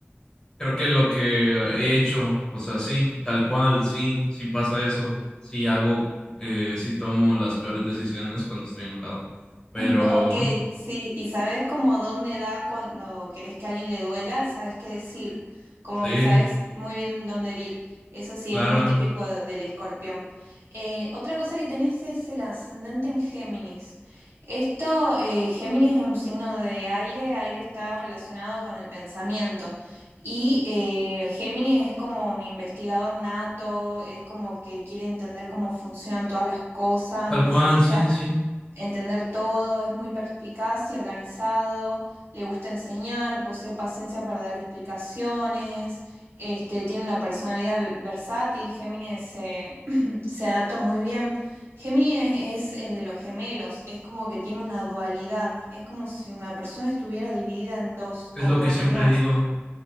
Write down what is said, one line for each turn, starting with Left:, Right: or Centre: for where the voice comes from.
Left: Creo que lo que he hecho, o sea, sí, tal cual, sí, sí pasa eso, sí hago, eh, sí tomo las peores decisiones cuando estoy enojado, pero
Right: <laughs> Ok, sí, y sabes como dónde dar cuando querés que a alguien le duela, sabes qué decir, como
Left: sí,
Right: que sabes muy bien dónde herir. Eso sí,
Left: claro,
Right: es muy típico de- del escorpión. Eh, otra cosa que tenés es el ascendente en Géminis. Esto, eh, Géminis es un signo de aire, aire está relacionado con el pensamiento. Y eh, Géminis es como un investigador nato, es como que quiere entender cómo funcionan todas las cosas,
Left: tal
Right: necesita
Left: cual, sí, sí,
Right: entender todo, es muy perspicaz y organizado, le gusta enseñar, posee paciencia para dar explicaciones, este, tiene una personalidad ve- versátil, Géminis se, <clears throat> se adapta muy bien. Géminis es el de los gemelos, es como que tiene una dualidad, es como si una persona estuviera dividida en dos,
Left: es
Right: como
Left: lo que siempre
Right: en una...
Left: digo,